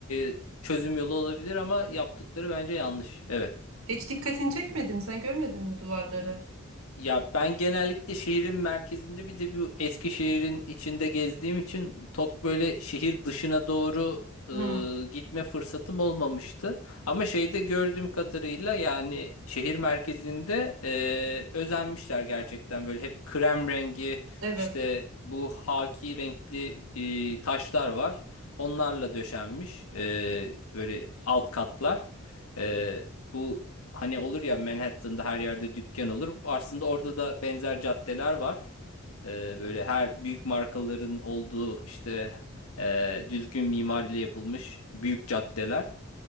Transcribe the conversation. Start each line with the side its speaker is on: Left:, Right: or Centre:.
Left: e, çözüm yolu olabilir ama yaptıkları bence yanlış. Evet.
Right: Hiç dikkatini çekmedim. Sen görmedin mi duvarları?
Left: Ya ben genellikle şehrin merkezinde bir de bu Eskişehir'in içinde gezdiğim için çok böyle şehir dışına doğru
Right: Hı.
Left: e, gitme fırsatım olmamıştı. Ama şeyde gördüğüm kadarıyla yani şehir merkezinde e, özenmişler gerçekten böyle hep krem rengi
Right: Evet.
Left: işte bu haki renkli e, taşlar var. Onlarla döşenmiş e, böyle alt katlar. E, bu Hani olur ya Manhattan'da her yerde dükkan olur. Aslında orada da benzer caddeler var. Ee, böyle her büyük markaların olduğu işte e, düzgün mimariyle yapılmış büyük caddeler.